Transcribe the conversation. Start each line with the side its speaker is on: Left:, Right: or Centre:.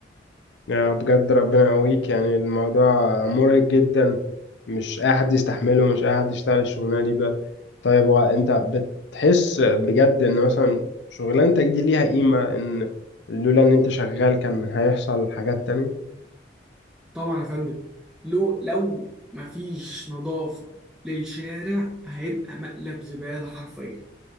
Left: يا بجد ربنا يقويك يعني الموضوع مرهق جدا مش اي حد يستحمله مش اي حد يشتغل الشغلانه دي بجد طيب وانت بتحس بجد ان مثلا شغلانتك دي ليها قيمه ان لولا ان انت شغال كان هيحصل حاجات تانية
Centre: طبعا يا فندم لو لو مفيش نظافة للشارع هيبقى مقلب زبالة حرفيا